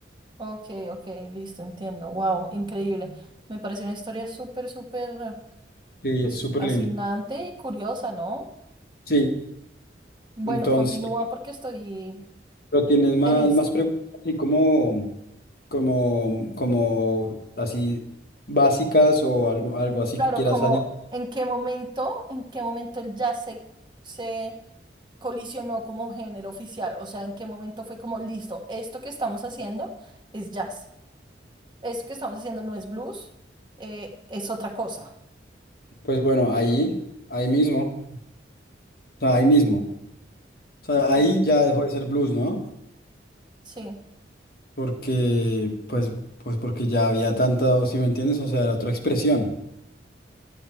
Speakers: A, on the right; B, on the left.
A: Ok, ok, listo, entiendo. Wow, increíble. Me pareció una historia súper, súper
B: Sí,
A: pues,
B: es súper
A: fascinante
B: lindo.
A: y curiosa, ¿no?
B: Sí,
A: Bueno,
B: entonces
A: continúa porque estoy
B: Pero tienes más,
A: feliz.
B: más preguntas así como, como, como así básicas o algo, algo así
A: Claro,
B: que quieras
A: como
B: añadir.
A: en qué momento, en qué momento el jazz se, se colisionó como género oficial, o sea, en qué momento fue como, listo, esto que estamos haciendo es jazz. Eso que estamos haciendo no es blues, eh, es otra cosa.
B: Pues bueno, ahí, ahí mismo, o sea, ahí mismo. O sea,
A: Sí.
B: ahí ya dejó de ser blues, ¿no?
A: Sí,
B: Porque, pues, pues porque ya había tanta, o si me entiendes, o sea, era otra expresión.